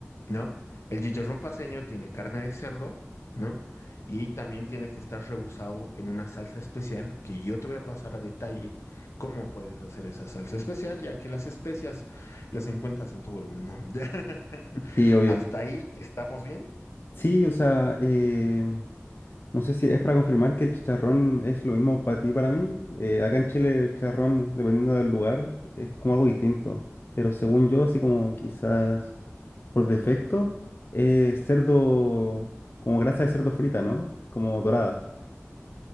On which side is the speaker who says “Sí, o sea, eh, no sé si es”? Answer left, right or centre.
Left